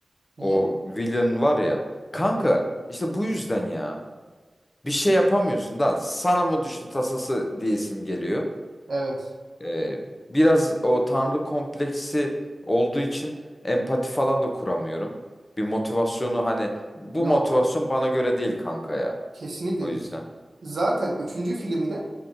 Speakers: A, on the right (about 75°); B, on the left (about 40°).
A: Niye?
B: O Willian var ya. Kanka
A: Hı.
B: işte bu yüzden ya. Bir şey yapamıyorsun da sana mı düştü tasası diyesim geliyor.
A: Evet.
B: Ee, biraz o tanrı kompleksi olduğu için empati falan da kuramıyorum. Bir motivasyonu hani bu
A: Yok
B: motivasyon
A: yok.
B: bana göre değil kanka ya.
A: Kesinlikle
B: O yüzden.
A: değil. Zaten üçüncü filmde